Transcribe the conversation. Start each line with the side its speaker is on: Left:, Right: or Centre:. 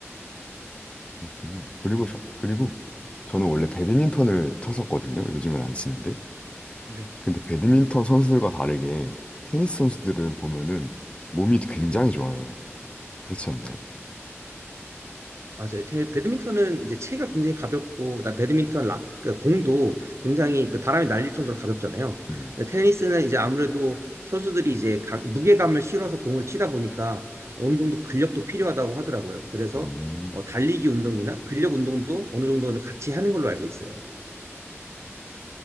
Left: 그렇군요. 그리고, 저- 그리고 저는 원래 배드민턴을 쳤었거든요. 요즘은 안 치는데.
Right: 네.
Left: 근데 배드민턴 선수들과 다르게 테니스 선수들은 보면은 몸이 굉장히 좋아요. 그렇지 않나요?
Right: 맞아요. 대- 배드민턴은 이제 체가 굉장히 가볍고, 그다음 배드민턴 락, 그 공도 굉장히 그 바람이 날릴 정도로 가볍잖아요.
Left: 음.
Right: 근데 테니스는 이제 아무래도 선수들이 이제 가- 무게감을 실어서 공을 치다 보니까 어느 정도 근력도 필요하다고 하더라고요. 그래서
Left: 음.
Right: 어, 달리기 운동이나 근력 운동도 어느 정도는 같이 하는 걸로 알고 있어요.